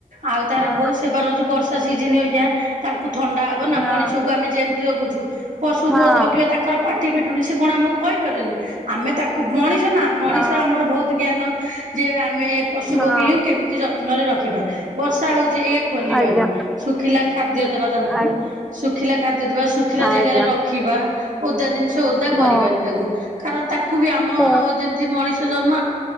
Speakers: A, on the right; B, in the centre.
A: ଆଉ ତାର
B: ହଁ
A: ବହୁତ୍ ସେବା ନଉଚୁ ବର୍ଷ୍ ତ ସିଜିନ୍ ଅଇକା। ତାଙ୍କୁ ଥଣ୍ଡା ହବ ନା?
B: ହଁ
A: ମଣିଷକୁ ଆମେ ଯେମିତି ଜଗୁଚୁ, ପଶୁକୁ
B: ହଁ
A: ଜଗିବା ତାଙ୍କର ପାଟ୍ ପାଟି ଫିଟୁନି, ସେ କଣ ଆମକୁ କହିପାରୁଚନ୍ତି? ଆମେ ତାଙ୍କୁ ମଣିଷ ନା, ମଣିଷ
B: ହଁ ହଁ
A: ଆମର ବହୁତ ଜ୍ଞାନ ଯେ ଆମେ ପଶୁ
B: ହଁ
A: ପକ୍ଷୀଙ୍କୁ କେମିତି ଯତ୍ନରେ ରଖିବା? ବର୍ଷା ହଉଚି ଏଇଆ ଖୋଲିବାନି।
B: ଆଜ୍ଞା
A: ଶୁଖିଲା ଖାଦ୍ୟ ଦେବା ତାଙ୍କୁ,
B: ଆଜ୍ଞା
A: ଶୁଖିଲା ଖାଦ୍ୟ ଦେବା, ଶୁଖିଲା
B: ଆଜ୍ଞା
A: ଜେଗାରେ ରଖିବା। ଓଦା ଜିନିଷ୍, ଓଦା କରିବାନି
B: ହଁ
A: ତାଙ୍କୁ, କାରଣ ତାଙ୍କୁ ବି ଆମ
B: ତ
A: ଯେମିତ୍ ମଣିଷ ଜନ୍ମ,